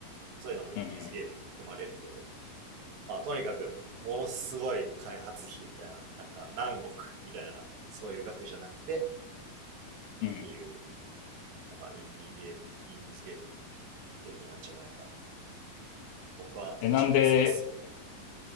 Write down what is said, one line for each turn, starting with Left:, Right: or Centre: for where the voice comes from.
Right: そういうのもインディーズゲームに含まれるけど。
Left: うん
Right: まあ、とにかく、ものすごい開発費みたいな、なんか何億みたいな、そういう額じゃなくてっ
Left: うん。うん。
Right: ていうのがインディーゲーム、インディーズゲームの定義なんじゃないかな。僕はそっちの方が好きっすね
Left: え、なんで、